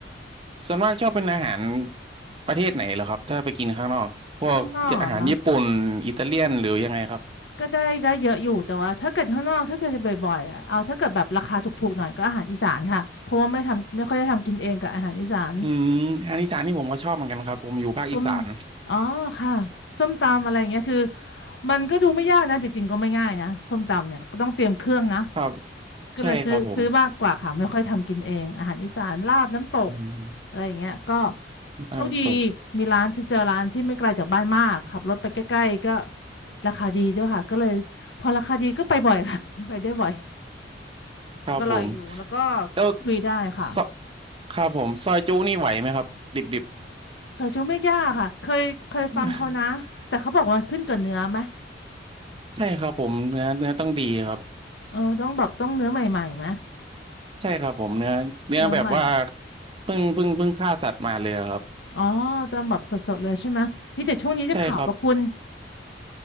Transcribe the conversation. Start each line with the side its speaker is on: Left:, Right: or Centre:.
Right: ส่วนมากชอบเป็นอาหารประเทศไหนเหรอครับถ้าไปกินข้างนอกพวกอาหารญี่ปุ่นอิตาเลียนหรือยังไงครับ
Left: ข้างนอกเหรอคะก็ได้ได้เยอะอยู่แต่ว่าถ้าเกิดข้างนอกถ้าเกิดจะบ่อยๆอะเอาถ้าเกิดแบบราคาถูกๆหน่อยก็อาหารอีสานค่ะเพราะว่าไม่ทำไม่ค่อยได้ทำกินเองกับอาหารอีสาน
Right: อืมอาหารอีสานนี่ผมก็ชอบเหมือนกันครับผมอยู่ภาคอีสาน
Left: ต้มอ๋อค่ะส้มตำอะไรอย่างเงี้ยคือมันก็ดูไม่ยากนะจริงๆก็ไม่ง่ายนะส้มตำเนี่ยก็ต้องเตรียมเครื่องนะ
Right: ครับ
Left: ก็เลยซื้อซื้อมากกว่าค่ะไม่ค่อยทำกินเองอาหารอีสานลาบน้ำตก
Right: ใช่ครับผมอืม
Left: อะไรอย่างเงี้ยก็
Right: อารมณ์ตก
Left: โชคดีมีร้านที่เจอร้านที่ไม่ไกลจากบ้านมากขับรถไปใกล้ๆก็ราคาดีด้วยค่ะก็เลยพอราคาดีก็ไปบ่อยค่ะ <laughs> ไปได้บ่อย
Right: <laughs> ครับผม
Left: ก็อร่อยอยู่แล้วก็
Right: แล้ว
Left: คุยได้ค่ะ
Right: ซอครับผมซอยจุนี่ไหวไหมครับดิบดิบ
Left: ซอยจุไม่ยากค่ะเคยเคยฟังเขานะแต่เขาบอกว่ามันขึ้นกับเนื้อไหม
Right: <laughs> ใช่ครับผมเนื้อเนื้อต้องดีครับ
Left: เออต้องแบบต้องเนื้อใหม่ๆไหม
Right: ใช่ครับผมเนื้อเนื้อแบบว่า
Left: เนื้อใหม่
Right: เพิ่งเพิ่งเพิ่งฆ่าสัตว์มาเลยครับ
Left: อ๋อต้องแบบสดๆเลยใช่ไหมที่แต่ช่วงนี้จะข่าวประคุณ
Right: ใช่ครับ